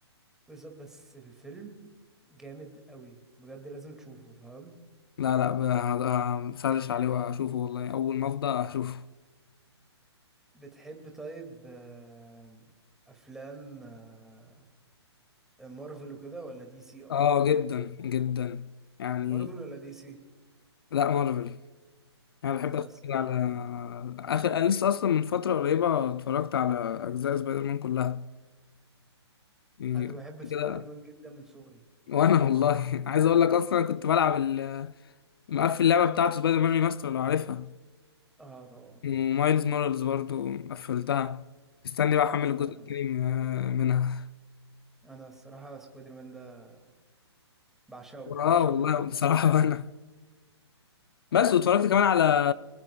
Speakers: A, in the centre; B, on the left.
A: بس بس الفيلم جامد قوي بجد لازم تشوفه فاهم
B: لا لا ب- هسرش عليه وأشوفه والله أول ما أفضى أشوفه
A: بتحب طيب آه، افلام آه، مارفل وكده ولا دي سي اكتر
B: آه جدا جدا يعني
A: مارفل ولا دي سي
B: لا مارفل أنا بحب
A: انا
B: أتفرج
A: الصراحة
B: على
A: برضو
B: آخر أنا لسه أصلا من فترة قريبة اتفرجت على أجزاء سبايدر مان كلها يعني
A: انا بحب
B: كده
A: سبايدر مان جدا من صغري
B: وأنا والله <laughs> عايز أقول لك أصلا كنت بلعب ال- مقفل اللعبة بتاعته سبايدر مان ريماستر لو عارفها
A: اه طبعا
B: ومايلز مورالز برضو قفلتها استني بقى احمل
A: انا
B: الجزء التاني من- منها
A: انا الصراحة سبايدر مان ده بعشقه
B: اه
A: بعشقه
B: والله
A: من صغري
B: بصراحة <laughs> وانا بس واتفرجت كمان على